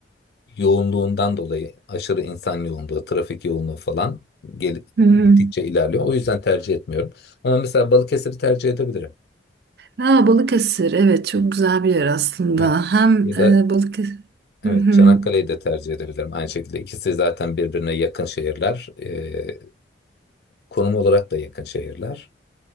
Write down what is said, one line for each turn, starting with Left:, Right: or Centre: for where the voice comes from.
Left: yoğunluğundan dolayı aşırı insan yoğunluğu, trafik yoğunluğu falan gel
Right: Hı hı.
Left: gittikçe ilerliyor. O yüzden tercih etmiyorum. Ama mesela Balıkesir'i tercih edebilirim.
Right: Ha, Balıkesir evet çok güzel bir yer aslında.
Left: Evet.
Right: Hem
Left: Ya da
Right: e, Balıkesir
Left: evet
Right: hı hı.
Left: Çanakkale'yi de tercih edebilirim. Aynı şekilde ikisi zaten birbirine yakın şehirler. Ee, konum olarak da yakın şehirler.